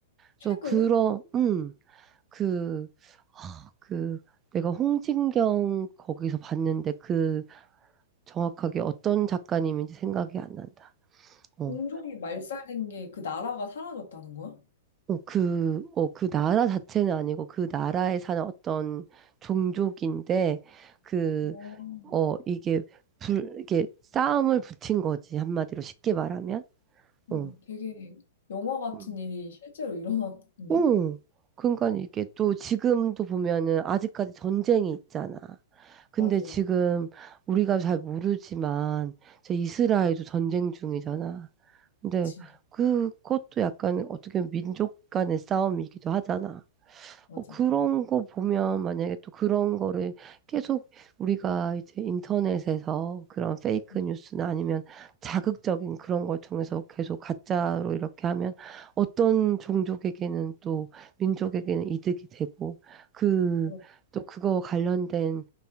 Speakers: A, on the left (about 75°); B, on the right (about 25°).
A: 최근에
B: 그래서 그런, 음, 그, 아, 그, 내가 홍진경 거기서 봤는데 그 정확하게 어떤 작가님인지 생각이 안 난다. 어,
A: 공족이 말살된 게 그 나라가 사라졌다는 거야?
B: 어, 그, 어, 그 나라 자체는 아니고 그 나라에 사는 어떤 종족인데 그,
A: 어,
B: 어, 이게 불, 이게 싸움을 붙인 거지. 한마디로 쉽게 말하면. 어.
A: 어, 되게 영화 같은
B: 음.
A: 일이 실제로 일어났네.
B: 어. 그러니까 이게 또 지금도 보면은 아직까지 전쟁이 있잖아. 근데
A: 맞아.
B: 지금 우리가 잘 모르지만 제 이스라엘도 전쟁 중이잖아. 근데
A: 그치?
B: 그것도 약간 어떻게 보면 민족 간의 싸움이기도 하잖아.
A: 맞아.
B: 어, 그런 거 보면 만약에 또 그런 거를 계속 우리가 이제 인터넷에서 그런 페이크
A: 음.
B: 뉴스나 아니면 자극적인 그런 걸 통해서 계속 가짜로 이렇게 하면 어떤 종족에게는 또 민족에게는 이득이 되고 그
A: 그런
B: 또 그거 관련된